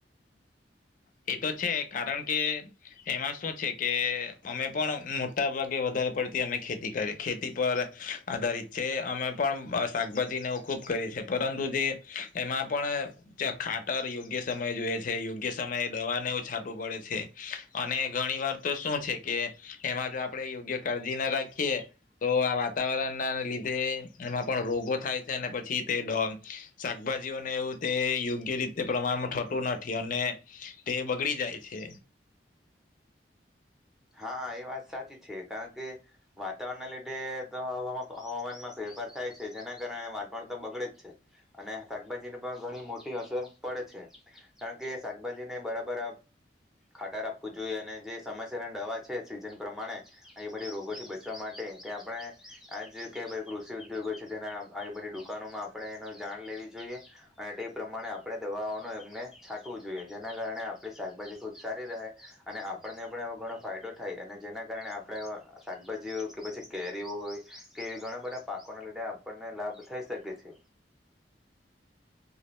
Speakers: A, on the left; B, in the centre.
A: એ તો છે કારણ કે એમાં શું છે કે અમે પણ મોટા ભાગે વધારે પડતી અમે ખેતી કરી ખેતી પર આધારિત છે અમે પણ શાકભાજીને ખૂબ કરીએ છે પરંતુ જે એમાં પણ ખાટર યોગ્ય સમય જોઈએ છે. સમયે દવાને એવું છાટવું પડે છે અને ઘણી વાર તો શું છે કે એમાં જો આપણે યોગ્ય કાળજી ના રાખીએ તો આ વાતાવરણના લીધે એમાં પણ રોગો થાય છે અને પછી તે શાકભાજીઓને એવું તે યોગ્ય રીતે પ્રમાણમાં થતું નથી અને તે બગડી જાય છે.
B: હા એ વાત સાચી છે કારણ કે વાતાવરણના લીધે તો હ હવામાનમાં ફેરફાર થાય છે જેના કારણે વાતાવરણ તો બગડે જ છે અને શાકભાજીને પણ ઘણી મોટી અસર પડે છે કારણ કે શાકભાજીને બરાબર ખાટાર આપવું જોઈએ અને જે સમ દવા છે સીઝન પ્રમાણે એ બધી રોગોથી બચવા માટે તે આપણે આ જ કે કૃષિ ઉદ્યોગો છે તેના આવી બધી દુકાનોમાં આપણે એનો જાણ લેવી જોઈએ અને તે પ્રમાણે આપણે દવાઓનું એમને છાંટવું જોઈએ જેના કારણે આપણી શાકભાજી ખૂબ સારી રહે અને આપણ આપણે એવો ઘણો ફાયદો થાય અને જેના કારણે આપણે શાકભાજીઓ કે પછી કેરીઓ હોય કે એવી ઘણા બધા પાકોના લીધે આપણને લાભ થઈ શકે છે.